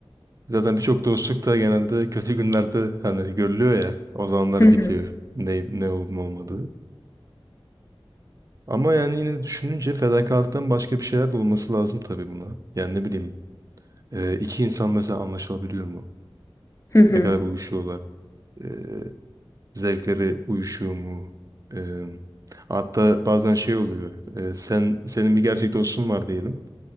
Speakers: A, on the right; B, on the left.
A: zaten birçok dostluk da genelde kötü günlerde hani görülüyor ya. O zamanlar
B: Hı hı.
A: bitiyor. Ne, ne olup ne olmadığı. Ama yani yine düşününce fedakarlıktan başka bir şeyler de olması lazım tabii buna. Yani ne bileyim Ee, iki insan mesela anlaşılabiliyor mu?
B: Hı hı.
A: Ne kadar uyuşuyorlar? Ee, zevkleri uyuşuyor mu? Ee, hatta bazen şey oluyor. Ee, sen senin bir gerçek dostun var diyelim.